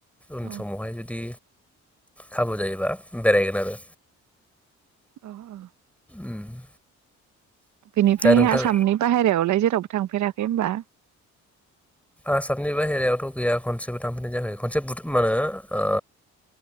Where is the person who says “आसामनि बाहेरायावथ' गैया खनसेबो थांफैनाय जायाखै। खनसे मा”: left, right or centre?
Centre